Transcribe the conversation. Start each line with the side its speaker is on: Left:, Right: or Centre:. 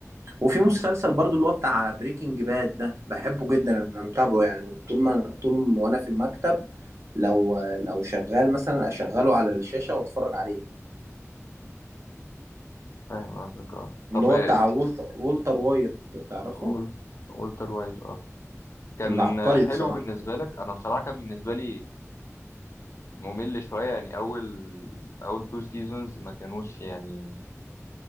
Right: وفي مسلسل برضو اللي هو بتاع بريكنج باد ده بحبه جدا انا متابعه يعني طول ما طول ما وانا في المكتب لو لو شغال مثلا اشغله على الشاشة واتفرج عليه
Left: فاهم قصدك اه طب
Right: اللي هو
Left: آه،
Right: بتاع والتر, والتر وايت تعرفه
Left: وول- وولتر وايت اه كان
Right: من عبقري
Left: حلو
Right: بصراحة
Left: بالنسبة لك أنا بصراحة كان بالنسبة لي ممل شوية يعني أول أول تو سيزونز ما كانوش يعني